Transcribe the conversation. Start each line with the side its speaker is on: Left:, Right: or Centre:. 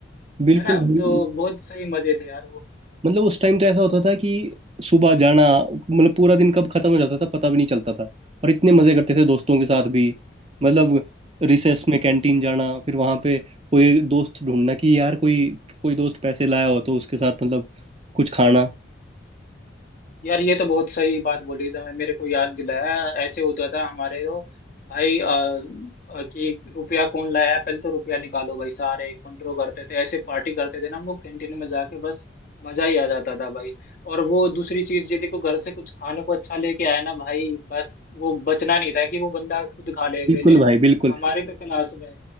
Right: बिल्कुल
Left: है ना
Right: भाई
Left: तो बहुत सही मजे थे यार वो
Right: मतलब उस टाइम तो ऐसा होता था कि सुबह जाना मतलब पूरा दिन कब खत्म हो जाता था पता भी नहीं चलता था और इतने मजे करते थे दोस्तों के साथ भी मतलब रिसेस में कैंटीन जाना फिर वहां पे कोई दोस्त ढूंढना कि यार कोई कोई दोस्त पैसे लाया हो तो उसके साथ मतलब कुछ खाना
Left: यार ये तो बहुत सही बात बोली था मेरे को याद दिलाया ऐसे होता था हमारे तो भाई अ, अ, कि रुपया कौन लाया पहले तो रुपया निकालो भाई सारे कंट्रोल करते थे ऐसे पार्टी करते थे ना हम लोग कैंटीन में जाके बस मजा ही आ जाता था भाई और वो दूसरी चीज यदि को घर से कुछ खाने को अच्छा लेके आया ना भाई बस वो बचना नहीं था कि वो बंदा खुद खा ले
Right: बिल्कुल
Left: अकेले
Right: भाई बिल्कुल
Left: हमारी तो क्लास में